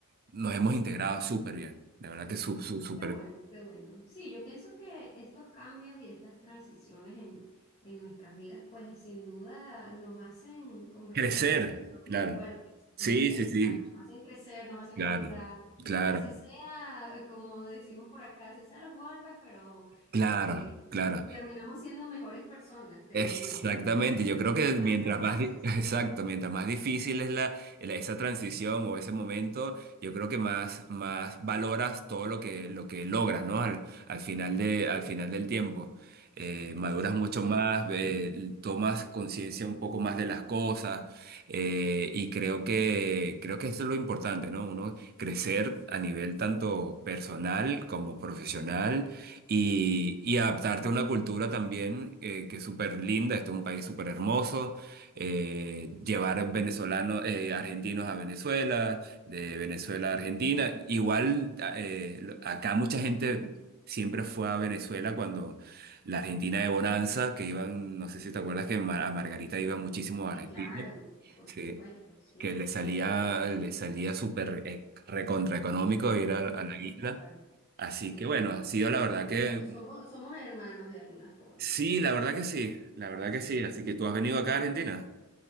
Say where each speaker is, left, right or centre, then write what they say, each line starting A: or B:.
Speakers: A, on the right; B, on the left.
A: nos hemos integrado súper bien. La verdad que su, su- súper...
B: Qué bueno, qué bueno. Sí, yo pienso que estos cambios y estas transiciones en, en nuestras vidas, pues sin duda nos hacen convertirnos
A: Crecer,
B: en personas
A: claro.
B: más fuertes,
A: Sí,
B: nos hacen,
A: sí,
B: exacto,
A: sí,
B: nos hacen crecer, nos hacen
A: claro,
B: madurar,
A: claro.
B: así sea, eh, como decimos por acá, así sea los golpes, pero
A: Claro,
B: este,
A: claro.
B: y terminamos siendo mejores personas, creo
A: Exactamente,
B: yo, y,
A: yo creo que
B: y
A: mientras
B: más capaces.
A: más, di- <laughs> exacto, mientras más difícil es la, la- esa transición o ese momento, yo creo que más, más valoras todo lo que, lo que logras, ¿no? Al, al final de, al final del tiempo. Eh, maduras
B: Sí,
A: mucho
B: sí,
A: más, eh, tomas conciencia un poco más de las cosas, eh, y creo que, creo que eso es lo importante, ¿no? Uno crecer a nivel tanto personal como profesional y, y adaptarte a una cultura también eh, que es súper linda, este es un país súper hermoso, eh, llevar venezolanos, eh, argentinos a Venezuela, de Venezuela a Argentina, igual a- eh, lo- acá mucha gente siempre fue a Venezuela cuando la Argentina de Bonanza, que iban, no sé si te acuerdas que Mar- a Margarita iban muchísimos
B: sí,
A: argentinos,
B: claro, por
A: sí,
B: supuesto, sí,
A: que le salía,
B: mucho económico,
A: le salía súper eh, recontra económico ir a a la isla.
B: claro.
A: Así
B: Sí,
A: que bueno,
B: sí.
A: ha
B: sí.
A: sido la verdad que
B: So- Somos, somos hermanos de alguna forma.
A: sí,
B: eh,
A: la verdad que sí, la verdad
B: Sí.
A: que sí. Así que tú has venido acá a Argentina.